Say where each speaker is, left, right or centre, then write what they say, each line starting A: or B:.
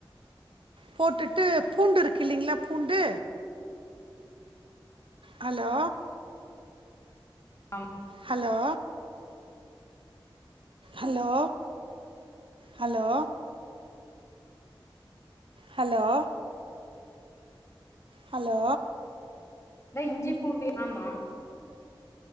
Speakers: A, on the right; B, on the left.
A: போட்டுட்டு பூண்டு இருக்கு இல்லலைங்களா பூண்டு ஹலோ
B: ஆமா
A: hello hello hello hello hello
B: ந்த இஞ்சி பூண்டு ஆமா